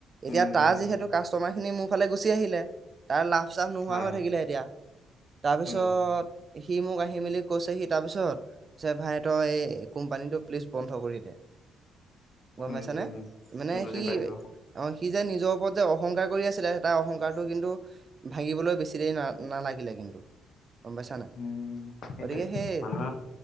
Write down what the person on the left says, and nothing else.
উম,
উম,
হয়,
উম,
উম,
উম, উম।
বুজি
পাইছো,
উম, সেইটোৱে
মানুহৰ